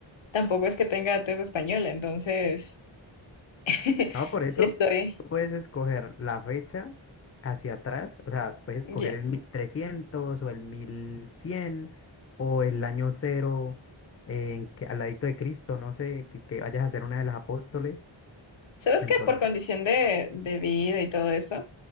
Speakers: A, on the left (about 70°); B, on the left (about 30°).
A: tampoco es que tenga tez española, entonces <laughs>
B: No, por eso
A: sí estoy.
B: tú puedes escoger la fecha hacia atrás, o sea, puedes escoger
A: ye-
B: el 1300 o el 1100 o el año cero eh, en que, al ladito de Cristo, no sé, que, que vayas a ser una de las apóstoles.
A: ¿Sabes
B: Entonces,
A: qué? Por condición de, de vida y todo eso,